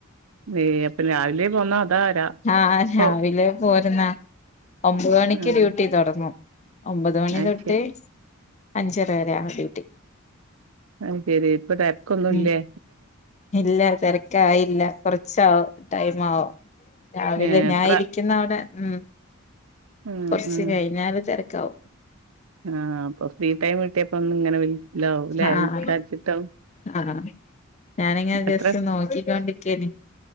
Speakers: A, on the right (about 80°); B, on the left (about 35°).
A: നെയ അപ്പൊ രാവിലെ പോന്നാ അതാ രാ
B: ആഹ്
A: ഇപ്പൊ
B: രാവിലെ പോരുന്ന ഒമ്പ മണിക്ക്
A: ആഹ്
B: ഡ്യൂട്ടി തുടങ്ങു. ഒമ്പത് മണി
A: അയ്ശെ
B: തൊട്ട് അഞ്ചര വരെ ആണ് ഡ്യൂട്ടി.
A: അത് ശെരി ഇപ്പ തിരക്കൊന്നും
B: ഉം
A: ഇല്ലേ?
B: ഇല്ല തിരക്കായില്ല കുറച്ചാവ ടൈം ആവോ. രാവിലെ
A: ഏഹ്
B: ഞാ
A: എത്ര
B: ഇരിക്കുന്ന അവിടെ ഉം
A: ഉം
B: കൊറച്ച്
A: ഉം
B: കഴിഞ്ഞാല് തിരക്കാവും
A: ആഹ് അപ്പൊ ഫ്രീ ടൈം കിട്ടിയപ്പോ ഒന്നും ഇങ്ങനെ വിലവാവൂല്ലേ
B: ആഹ്
A: വിൽക്കാചിട്ടാവും
B: ആഹ് ഞാനിങ്ങനെ ജസ്റ്റ്
A: എത്ര
B: നോക്കിക്കോണ്ടിരിക്കേന്